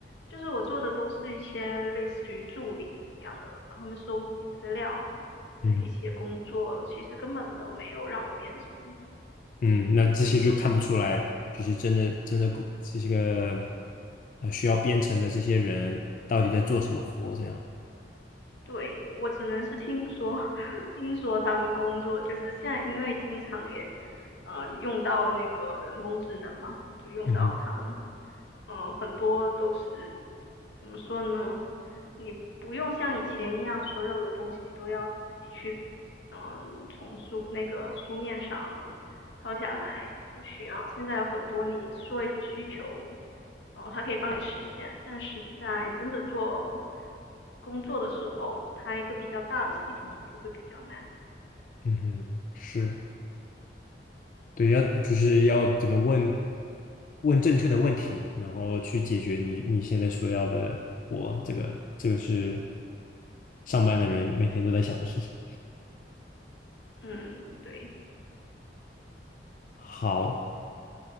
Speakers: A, on the left; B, on the left.
A: 就是我做的都是一些类似于助理一样的，帮他们收集资料
B: 嗯
A: 的一些工作，其实根本都没有让我编程。
B: 嗯，那这些就看不出来，就是真的真的这些个呃需要编程的这些人到底在做什么活，这样。
A: 对，我只能是听说，<laughs> 听说他们工作就是现在，因为经常也，呃，用到那个人工智能嘛，就用到他们，
B: 嗯哼，
A: 嗯、很多都是怎么说呢？你不用像以前一样，所有的东西都要自己去，嗯、从书那个书面上抄下来，不需要。现在有很多你说一个需求，哦，它可以帮你实现，但是在真的做工作的时候，它一个比较大的系统就会比较难。
B: 嗯哼，是，对，要就是要怎么问问正确的问题，然后去解决你你现在所要的活，这个这个是上班的人每天都在想的事情。
A: 嗯，对，
B: 好。